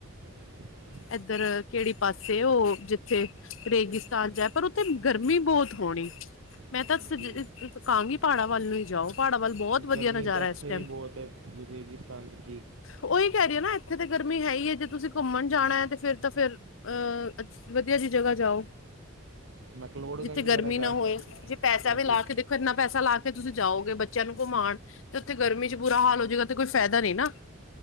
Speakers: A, on the right (about 70°); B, on the left (about 70°).
A: <inaudible>
B: ਇੱਧਰ ਕਿਹੜੀ ਪਾਸੇ ਉਹ ਜਿੱਥੇ ਰੇਗਿਸਤਾਨ ਜਾਏ ਪਰ ਉੱਥੇ ਗਰਮੀ ਬਹੁਤ ਹੋਣੀ ਮੈਂ
A: ਜੀ
B: ਤਾਂ ਕਹਾਂਗੀ ਪਹਾੜਾਂ ਵੱਲ ਨੂੰ ਹੀ ਜਾਓ ਪਹਾੜਾਂ ਵੱਲ ਬਹੁਤ ਵਧੀਆ
A: ਗਰਮੀ
B: ਨਜ਼ਾਰਾ
A: ਤਾਂ ਇੱਥੇ
B: ਇਸ ਟਾਈਮ।
A: ਵੀ ਬਹੁਤ ਹੈ ਰੇਗਿਸਤਾਨ ਦੀ
B: ਉਹੀ ਕਹਿ ਰਹੀਏ ਨਾ ਇੱਥੇ ਤਾਂ ਗਰਮੀ ਹੈ ਹੀ ਹੈ ਜੇ ਤੁਸੀਂ ਘੁੰਮਣ ਜਾਣਾ ਹੈ ਤੇ ਫਿਰ ਤਾਂ ਫਿਰ ਅਹ ਵਧੀਆ ਜਿਹੀ ਜਗ੍ਹਾ ਜਾਓ
A: ਮੈਕਲੋਡਗੰਜ
B: ਜਿੱਥੇ ਗਰਮੀ
A: ਵਗੈਰਾ ਜਾ
B: ਨਾ ਹੋਏ ਜੇ ਪੈਸਾ
A: ਮੈਂ
B: ਵੀ ਲਾ
A: ਜੀ
B: ਕੇ ਇੰਨਾ ਪੈਸਾ ਲਾ ਕੇ ਤੁਸੀਂ ਜਾਓਗੇ ਬੱਚਿਆਂ ਨੂੰ ਘੁਮਾਉਣ ਤੇ ਉੱਥੇ ਗਰਮੀ ਚ ਬੁਰਾ ਹਾਲ ਹੋ ਜਾਏਗਾ ਤੇ ਕੋਈ ਫਾਇਦਾ ਨਹੀਂ ਨਾ